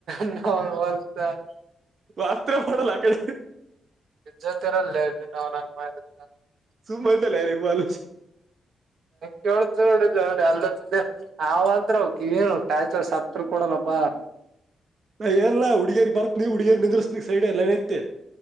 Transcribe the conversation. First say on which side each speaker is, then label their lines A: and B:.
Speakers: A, on the right; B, on the right.
A: ನ ಹೊಲ್ಸ
B: ಆರ್ತ್ರ ಮಾಡಲ್ಲ ಆ ಕಡೆ
A: ಜೊತೆರಲ್ಲನ್ ಆ ಮಾಡಿದ
B: ಶು ಮಾಡತಲ್ಲರಿ ಮಾಡಲು
A: ಕ ಅ ಅವತ್ರ ಅವ ಏನು ತಾಯ್ತ ಸತ್ ಕೊಡನಪ್ಪ
B: ನಾ ಏಲ್ಲ ಹುಡುಗೇರಿ ಬರತ್ ನೀವ ಹುಡುಗೇರಿ ನಿಂದ್ರಿಸಸ್ನ ಸೈಡ್ ಲೈನ್ ಐತೆ